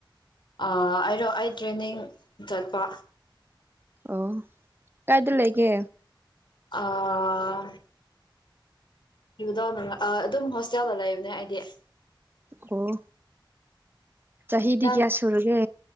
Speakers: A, on the left (about 65°); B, on the right (about 25°).
A: ꯑꯥ ꯑꯩꯔꯣ ꯑꯩ ꯇ꯭ꯔꯦꯅꯤꯡ ꯆꯠꯄ
B: ꯑꯣ ꯀꯥꯏꯗ ꯂꯩꯒꯦ
A: ꯑꯥ ꯑꯥ ꯏꯕꯨꯗꯣ ꯑꯗꯨꯝ ꯍꯣꯁꯇꯦꯜꯗ ꯂꯩꯕꯅꯦ ꯑꯩꯗꯤ
B: ꯑꯣ ꯆꯍꯤꯗꯤ
A: ꯅꯪ
B: ꯀꯌꯥ ꯁꯨꯔꯒꯦ